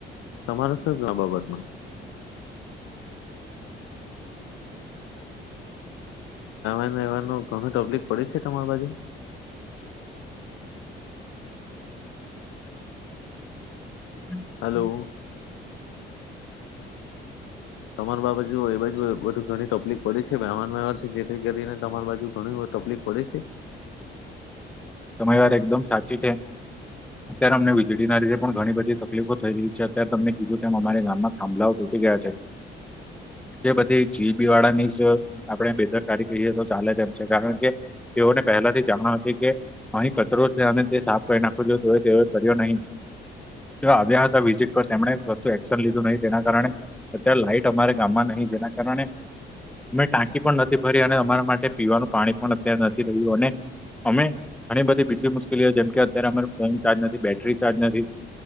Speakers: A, on the left (about 90°); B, in the centre.
A: તમારા સર આ બાબતમાં એને એવાનું ઘણું તબ્લીિક પડી છે તમારી બાજુ
B: તમારી
A: હલો તમાર બાજુ એ બાજુ બધું ઘણી તકલીફ પડી છે વહન વ્યવહારથી જેથી કરીને તમાર બાજુ ઘણી બધી તકલીફ પડે છે
B: તમારી વાર એકદમ સાચી છે અત્યારે અમને વીજળીના લીેધે પણ ઘણી બધી તકલીફો થઈ રહી છે અત્યારે તમને કીધું કે અમા ગામમાં થાંભલાઓ તૂટી ગયા છે <inaudible> જે બધી જીઈબી વાળા ની જ આપણે બેદરકારી કહીએ તો ચાલે એ છે કારણ કે તેઓને પહેલાથી જાણ હતી કે અહી કચરો છે અને તે સાફ કરી નાખો જો તો તે કર્યો નહીં આવ્યા હતા વિઝિટ પર તેમણે કશુ એક્શન લીધું નહી તેના કારણે અત્યારે લાઈટ અમારા ગામમાં નહી જેના કારણે અમે ટાંકી પણ નથી વરી અને અમારા માટે પીવાનું પાણી પણ અત્યારે નથી રહ્યું અને અમે ઘણી બધી બીજી મુશ્કેલીઓ જેમ કે અત્યારે અમારો ફોન ચાર્જ નથી બેટરી ચાર્જ નથી